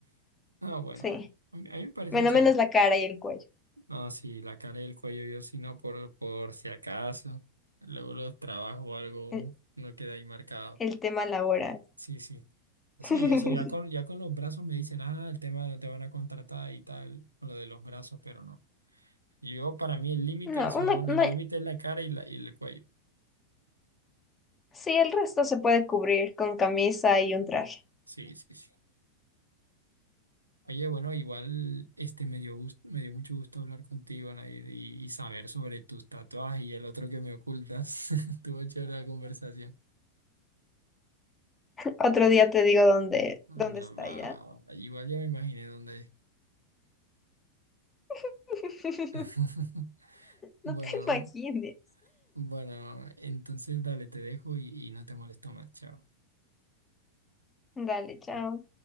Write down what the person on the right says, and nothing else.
Ah, bueno,
a mí, a mí me parece
chévere.
No, sí, la cara y el cuello yo sí no, por, por si acaso, luego los trabajos o algo,
no queda ahí marcado.
Sí, sí. Sí,
eso ya con, ya con los brazos me dicen, ah, el tema de te van a contratar y tal, con lo de los brazos, pero no. Yo, para mí, el límite
son,
el límite es la cara y, la, y el cuello.
Sí, sí, sí. Oye, bueno, igual este me dio gusto, me dio mucho gusto hablar contigo, Nair, y, y saber sobre tus tatuajes y el otro que me ocultas. <laughs> Tuvo chévere la conversación.
Anda,
va.
Igual ya me imaginé dónde es.
<laughs> Bueno,
bueno, entonces dale, te dejo y, y no te molesto más. Chao.